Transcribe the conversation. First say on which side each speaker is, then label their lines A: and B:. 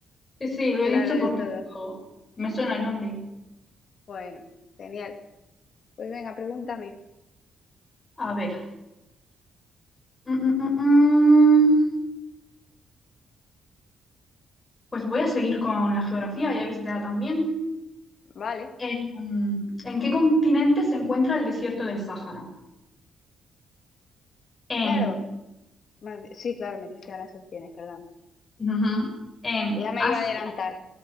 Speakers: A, on the left (about 15°); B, on the left (about 40°).
A: sí, sí, lo he
B: claro
A: dicho porque
B: del todo.
A: me suena el nombre.
B: Bueno, genial. Pues venga, pregúntame.
A: A ver. Mm, mm, mm, mm. Pues voy a seguir con la geografía, ya que se te da tan bien.
B: Vale,
A: ¿En, ¿en qué continente se encuentra el desierto del Sáhara? En,
B: claro. Vale, Sí, claro, me diste las opciones, perdón.
A: ujú, en
B: Ya me
A: Asia.
B: iba a adelantar,